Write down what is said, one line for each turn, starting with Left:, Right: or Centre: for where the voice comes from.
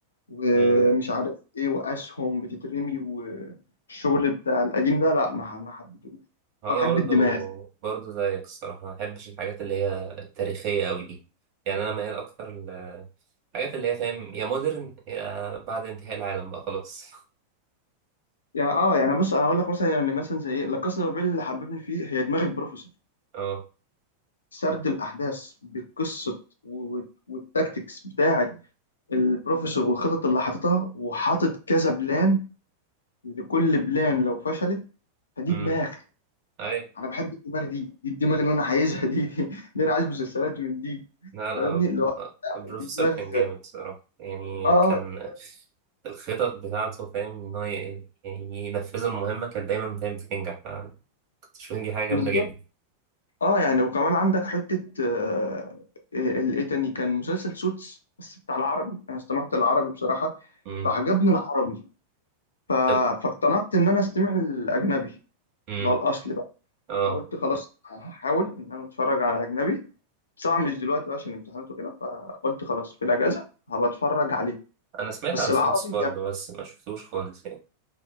Left: ومش
Right: يعني
Left: عارف ايه واسهم بتترمي والشغل بتاع القديم ده لا ما ما حبيتهوش
Right: انا
Left: أنا بحب
Right: برضو
Left: الدماغ
Right: برضو زيك الصراحه ما بحبش الحاجات اللي هي التاريخيه قوي دي يعني انا ميال اكتر الحاجات اللي هي فاهم يا مودرن يا بعد انتهاء العالم بقى خلاص <laughs>
Left: يعني اه يعني بص انا هقول لك مثلا يعني مثلا زي ايه لا كاسا بابيل اللي حببني فيه هي دماغ البروفيسور
Right: اه
Left: سرد الاحداث بقصه و- و- والتكتكس بتاعه البروفيسور والخطط اللي حاططها وحاطط كذا بلان لكل بلان لو فشلت فدي
Right: امم
Left: دماغ
Right: اي
Left: انا بحب الدماغ دي دي الدماغ اللي انا عايزها دي دي, <laughs> دي انا عايز مسلسلات من دي
Right: لا لا
Left: فاهمني اللي هو
Right: البروفيسور
Left: دي دماغ
Right: كان جامد الصراحه يعني
Left: اه
Right: كان
Left: اه
Right: الخطط بتاعته فاهم ان هو ي- يعني ينفذ المهمه كانت دايما فاهم بتنجح فكنت شايف إن دي حاجه
Left: بالظبط
Right: جامده جدا
Left: اه يعني وكمان عندك حتة آه، آه، ال- ايه تاني كان مسلسل سوتس بس بتاع العربي انا استمعت العربي بصراحة
Right: امم
Left: فعجبني العربي ف...
Right: طب
Left: فاقتنعت ان انا استمع الاجنبي
Right: امم
Left: اللي هو الاصلي بقى
Right: اه
Left: فقلت خلاص هحاول ان انا اتفرج على اجنبي بس طبعا مش دلوقتي بقى عشان امتحانات وكده فقلت خلاص في الاجازة هبقى اتفرج عليه
Right: انا سمعت
Left: بس
Right: عن
Left: العربي
Right: سوتس برضو
Left: جامد
Right: بس ما شفتوش خالص